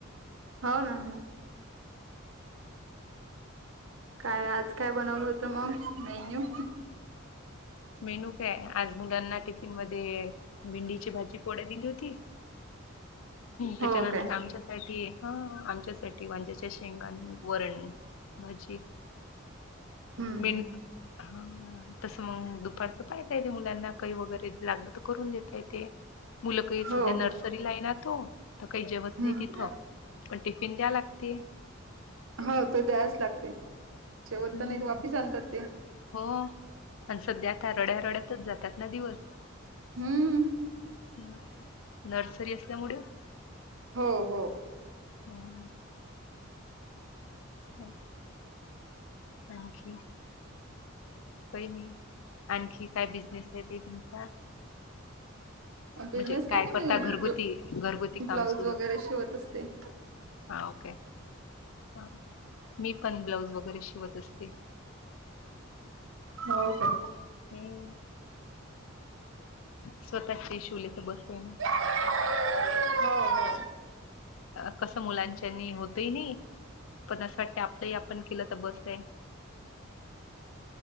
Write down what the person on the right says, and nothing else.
हो ना होना. काय आज काय बनवलं होतं मग मेन्यू?
हो काय
हम्म
हम्म
हो
हो
हम्म
हो ते द्यायच लागते जेवत
तर नाही वापिस आणतात ते.
हम्म.
हो हो.
बिझनेस
काय नाही
मी
ब्लाऊज
वगैरे शिवत असते. <inaudible>
हो का.
हो हो.